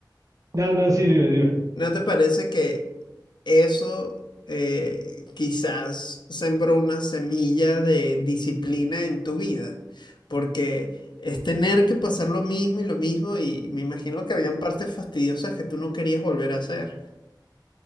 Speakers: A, on the right (about 45°); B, on the left (about 75°).
A: no, no, sí, dime, dime.
B: ¿No te parece que Eso eh, quizás sembró una semilla de disciplina en tu vida, porque es tener que pasar lo mismo y lo mismo y me imagino que habían partes fastidiosas que tú no querías volver a hacer.